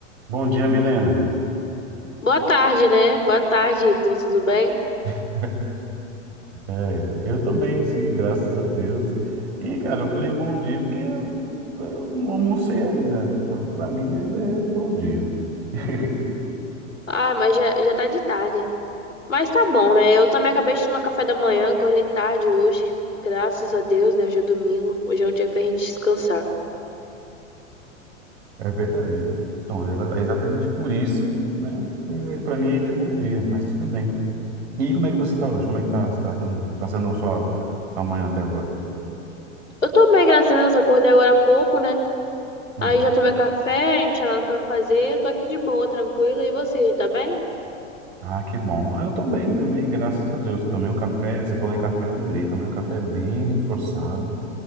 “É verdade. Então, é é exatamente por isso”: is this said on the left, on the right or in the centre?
Right